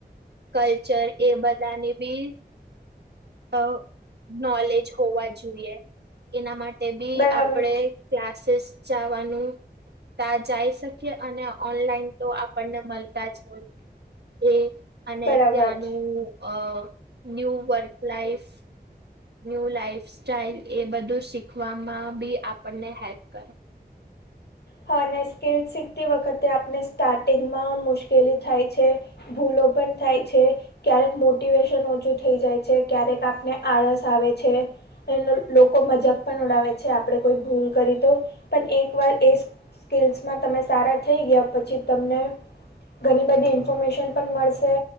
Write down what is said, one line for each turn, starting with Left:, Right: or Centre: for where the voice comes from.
Right: કલ્ચર એ બધા ની બી અ નોલેજ હોવા જોઈએ એના માટે બી
Left: બરાબર
Right: આપણે ક્લાસીસ જવાનું ત જઈ શકીએ અને ઓનલાઈન તો આપણને મળતા જ હોય. એ અને
Left: બરાબર
Right: ત્યાંનું
Left: છે
Right: અ new work life new life style એ બધું શીખવામાં બી આપણને હેલ્પ કરે
Left: હા અને સ્કીલ શીખતી વખતે આપને સ્ટાર્ટિંગમાં મુશ્કેલી થાય છે. ભૂલો પણ થાય છે. ક્યારેક મોટિવેશન ઓછું થઈ જાય છે ક્યારેક આપને આળસ આવે છે. એ લોકો મજાક પણ ઉડાવે છે આપડણે કોઈ ભૂલ કરી તો પણ એક વાર એ સ્કિલ્સમાં તમે સારા થઈ ગયા પછી તમને ઘણી બધી ઇન્ફોર્મેશન પણ મળશે.